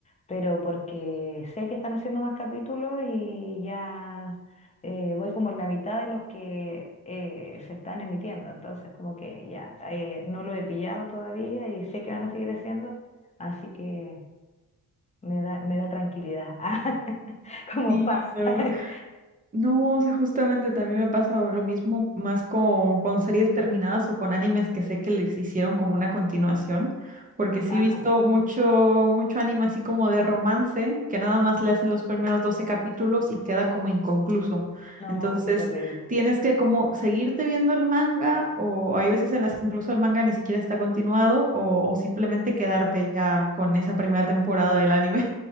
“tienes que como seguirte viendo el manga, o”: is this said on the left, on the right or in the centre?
Right